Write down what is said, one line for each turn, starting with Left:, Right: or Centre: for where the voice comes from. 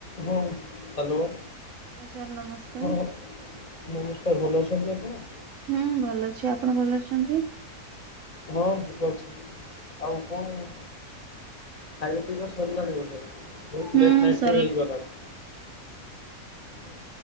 Left: ହଁ
Right: ଆଜ୍ଞା ସାର୍ ନମସ୍କାର
Left: ହଁ ନମସ୍ ସାର୍ ଭଲ ଅଛନ୍ତି ଆପଣ?
Right: ହୁଁ। ଭଲ ଅଛି। ଆପଣ ଭଲ ଅଛନ୍ତି?
Left: ହଁ ଭଲ ଅଛି। ଆଉ କଣ ଖାଇବା ପିଇବା ସରିଲାଣି ବୋଧେ। ବୋହୁତ
Right: ହୁଁ
Left: ଲେଟ୍ ନାଇଟ୍
Right: ସରିଲା।
Left: ବି ହେଇଗଲାଣି। ଉଁ